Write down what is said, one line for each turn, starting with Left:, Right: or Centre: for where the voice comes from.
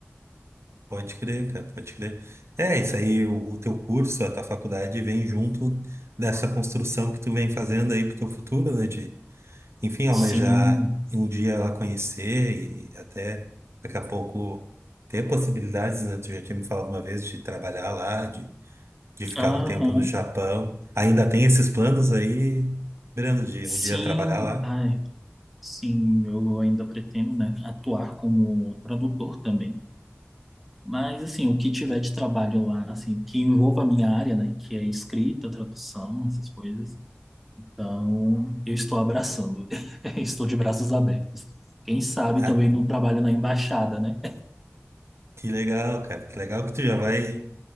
Right: Pode crer, cara, pode crer. É, isso aí, o, o teu curso, a tua faculdade vem junto dessa construção que tu vem fazendo aí pro teu futuro, né? De, enfim, almejar
Centre: Sim,
Right: um dia lá conhecer e até daqui a pouco ter possibilidades, né? Tu já tinha me falado uma vez de trabalhar lá, de, de ficar
Centre: aham.
Right: um tempo no Japão. Ainda tem esses planos aí, Breno, de
Centre: Sim,
Right: um dia trabalhar lá?
Centre: ai, sim, eu ainda pretendo, né, atuar como tradutor também. Mas, assim, o que tiver de trabalho lá, assim, que envolva a minha área, né, que é escrita, tradução, essas coisas, então eu estou abraçando, <laughs> estou de braços abertos. Quem sabe
Right: Ah,
Centre: também não trabalho na embaixada, né?
Right: Que legal, cara. Que legal que tu já vai